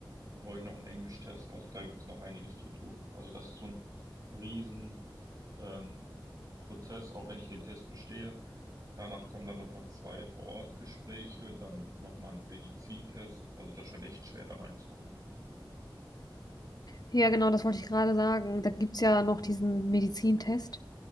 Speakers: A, on the right (about 45°); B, on the left (about 50°).
A: Dann brauche ich noch einen Englischtest. Also da gibt's noch einiges zu tun. Also das ist so ein riesen ähm, Prozess, auch wenn ich den Test bestehe. Danach kommen dann nochmal zwei Vor-Ort-Gespräche, dann nochmal ein Medizintest. Also das ist schon echt schwer, da reinzukommen.
B: ja genau, das wollte ich gerade sagen, da gibt es ja noch diesen Medizintest.